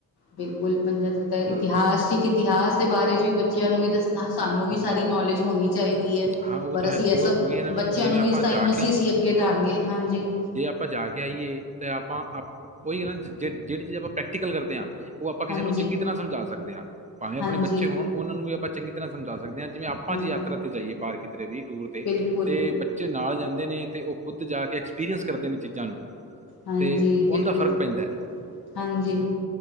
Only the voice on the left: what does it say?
ਬਿਲਕੁਲ ਪੰਜਾ ਤੱਖਤਾ
ਇਤਿਹਾਸ ਚ ਕਿ ਇਤਿਹਾਸ ਦੇ ਬਾਰੇ ਚ ਵੀ ਬੱਚਿਆਂ ਨੂੰ ਵੀ ਦੱਸਣਾ ਸਾਨੂੰ ਵੀ ਸਾਰੀ ਨੌਲੇਜ ਹੋਣੀ ਚਾਈਦੀ ਐ,
ਪਰ
ਅਸੀਂ
ਐਹ ਸਭ,
ਬੱਚਿਆਂ
ਨੂੰ ਵੀ
ਤਾਂਈ
ਅਸੀਂ ਅਸੀਂ ਅੱਗੇ ਦਾਂਗੇ ਹਾਂਜੀ।
ਹਾਂਜੀ
ਹਾਂਜੀ
ਹਾਂਜੀ
ਬਿਲਕੁਲ
ਹਾਂਜੀ
ਬਿਲਕੁਲ
ਹਾਂਜੀ,